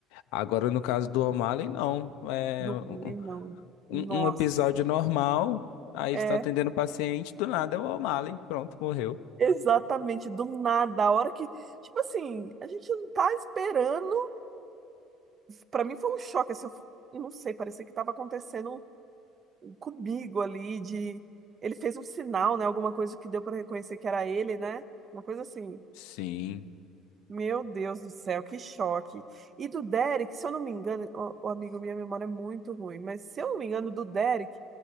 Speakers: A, on the left; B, on the right.
A: Agora, no caso do O'Malley, não. É
B: Não, não.
A: um, um-
B: Nossa.
A: um episódio normal, aí eles
B: É,
A: estão atendendo o paciente, do nada é o O'Malley, pronto, morreu.
B: Exatamente, do nada, a hora que, tipo assim, a gente não tá esperando. Pra mim foi um choque, assim, eu f- eu não sei, parecia que tava acontecendo comigo ali de ele fez um sinal, né, alguma coisa que deu pra reconhecer que era ele, né? Uma coisa assim.
A: Sim.
B: Meu Deus do céu, que choque. E do Derek, se eu não me engano, o, o amigo, minha memória é muito ruim, mas se eu não me engano, do Derek,